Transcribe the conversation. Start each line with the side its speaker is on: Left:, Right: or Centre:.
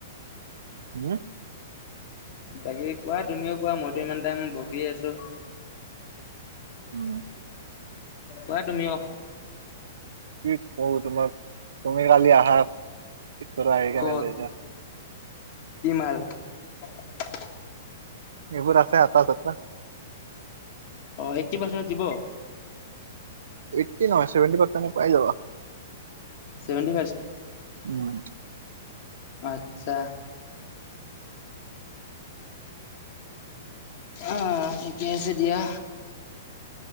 Right: হম।
Left: বাকী কোৱা তুমিও কোৱা, মইতো ইমান টাইম বকিয়ে আছো,
Right: উম
Left: কোৱা তুমিও?
Right: কি কওঁ তোমাক, তুমি কালি আহা। ইছ আহাইগানলজ
Left: ক'ত
Right: <unintelligible>
Left: কি মাল? <inaudible>
Right: এইবোৰ আছে আটা-ছাটা।
Left: অ', এইট্টি পাৰ্চেণ্ট দিব?
Right: অহ' এইট্টি নহয় চেভেন্টি ফাইপ মানত পাই যাবা।
Left: ছেভেণ্টি
Right: উম।
Left: আত্চ্ছা। আহ', ঠিকে আছে দিয়া।